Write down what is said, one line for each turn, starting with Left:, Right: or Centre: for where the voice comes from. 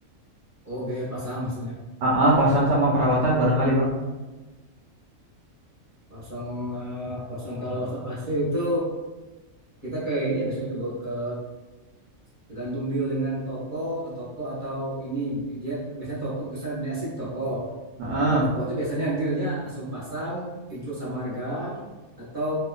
Left: oh biaya pasang maksudnya
Right: Ah ah, pasang sama perawatan barangkali bang.
Left: Pasang eh, pasang kalau pasang AC itu kita ke ini ya biasanya ke, ke tergantung deal dengan toko ke toko atau ini dia biasanya toko bisa beli AC di toko.
Right: Ah,
Left: Nah, toko
Right: ah.
Left: itu biasanya dealnya langsung pasang include sama harga atau